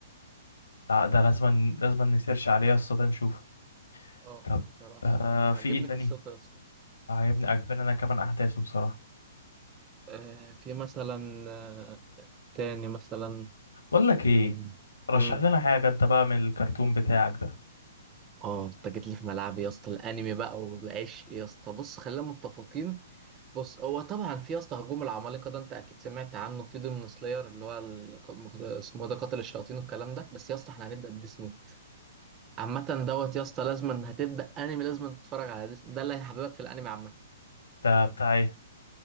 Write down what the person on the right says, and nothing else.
اه
بصراحه
انا
عاجبني
قصته يا اسطى
آه في مثلا آه تاني مثلا
مم.
مم.
اه انت جيت لي في ملعبي يا اسطى الانمي بقى والعشق يا اسطى بص خلينا متفقين بص هو طبعا في يا اسطى هجوم العمالقه ده انت اكيد سمعت عنه في ضمن سلاير اللي هو ال- مخ- اسمه إيه ده قاتل الشياطين والكلام ده بس يا اسطى احنا هنبدا بديس نوت عامه دوت يا اسطى لازما هتبدا انمي لازما تتفرج على ديس ده اللي هيحببك في الانمي عامه